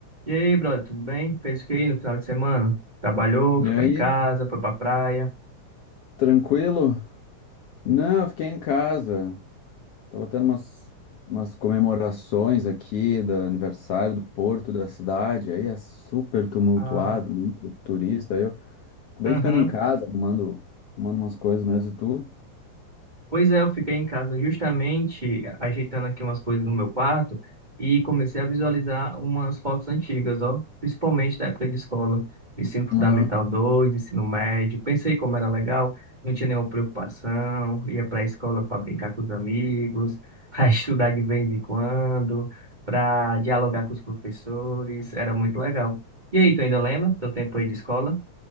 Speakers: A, on the right (about 15°); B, on the left (about 65°).
A: E aí, brother, tudo bem? Fez o que aí no final de semana? Trabalhou,
B: E
A: ficou
B: aí,
A: em casa, foi pra praia.
B: tranquilo? Não, eu fiquei em casa. Tava tendo umas, umas comemorações aqui do aniversário do porto da cidade. Aí é super tumultuado,
A: Ah,
B: muito turista. Aí Eu acabei
A: aham.
B: ficando em casa, arrumando, arrumando umas coisas mesmo. E tu?
A: Pois é, eu fiquei em casa justamente ajeitando aqui umas coisas no meu quarto e comecei a visualizar umas fotos antigas, ó, principalmente da época de escola, ensino fundamental
B: Ah,
A: dois ensino médio. Pensei como era legal, não tinha nenhuma preocupação, ia para a escola para brincar com os amigos, <laughs> para estudar de vez em quando, para dialogar com os professores, era muito legal. E aí, tu ainda lembra do teu tempo aí de escola?